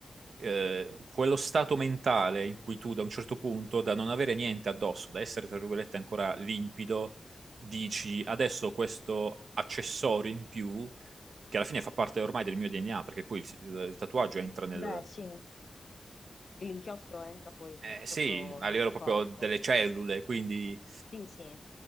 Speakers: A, on the right; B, on the left.
A: eh, quello stato mentale in cui tu da un certo punto, da non avere niente addosso, da essere tra virgolette ancora limpido, dici adesso questo accessorio in più, che alla fine fa parte ormai del mio DNA, perché poi il, il- il tatuaggio entra nel...
B: beh, sì. L'inchiostro entra poi d-
A: eh,
B: proprio
A: sì, a
B: nel
A: livello
B: tuo
A: proprio
B: corpo.
A: delle cellule, quindi...
B: Sì, sì.